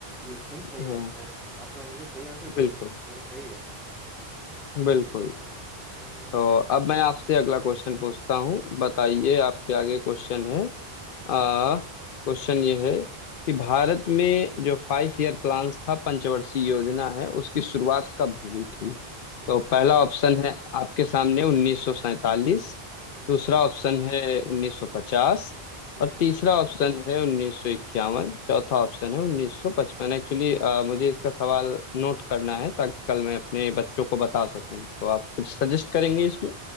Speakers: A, in the centre; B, on the left (about 65°).
A: ये एकदम सही
B: हाँ
A: आंसर है आप तो हमेशा सही आंसर दे
B: बिल्कुल
A: रहे हो ये तो सही है
B: बिल्कुल
A: हम्म
B: तो अब मैं आपसे अगला क्वेश्चन पूछता हूँ बताइए आपके आगे क्वेश्चन है आ क्वेश्चन ये है कि भारत में जो फाइव ईयर प्लान्स था पंचवर्षीय योजना है उसकी शुरुआत कब हुई थी
A: ठीक
B: तो पहला
A: है
B: ऑप्शन है आपके सामने 1947
A: हम्म
B: दूसरा ऑप्शन है 1950
A: हम्म
B: और तीसरा ऑप्शन है 1951 चौथा ऑप्शन है 1955 एक्चुअली मुझे इसका सवाल नोट करना है ताकि कल मैं अपने बच्चों को बता सकूं तो आप कुछ सजेस्ट करेंगे इसमें